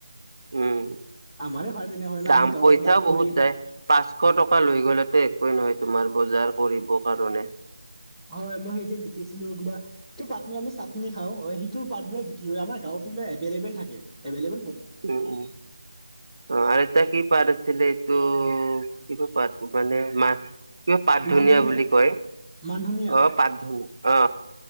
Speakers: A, on the right; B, in the centre.
A: উম!
B: আমাৰে হয় তেনেহ'লে ন
A: দাম
B: আমি গাঁৱত
A: পইচাও
B: বাস কৰি
A: বহুত যায় পাঁচশ টকা লৈ গ'লে তে। একো নহয় তোমাৰ বজাৰ কৰিব কাৰণে।
B: হয় মই সেইদিন দেখিছিলো কিবা সটো পাট আমি চাটনি খাও হয় সিটো পাট ম বিক্ৰী হয় আমাৰ গাঁৱত <unintelligible> এভলেব থাকে এভলেব।
A: উম উম অঁ আৰু এটায় কি পাৰ। আছিলে এইটো কি ক প মানে মাহ <unintelligible> কিবা পাত
B: মান
A: ধুনিয়
B: ধনিয়া
A: বুলি কয়
B: মান ধনিয়া
A: অ পাত ধনীয়া অ।